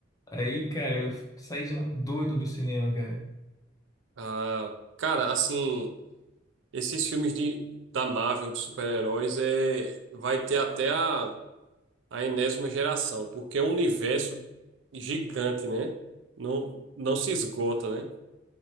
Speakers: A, on the left; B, on the right.
A: Aí, cara, eu saí de lá doido do cinema, cara.
B: Ah, cara, assim, esses filmes de, da Marvel, de super-heróis, é, vai ter até a, a enésima geração, porque é um universo gigante, né? Não, não se esgota, né?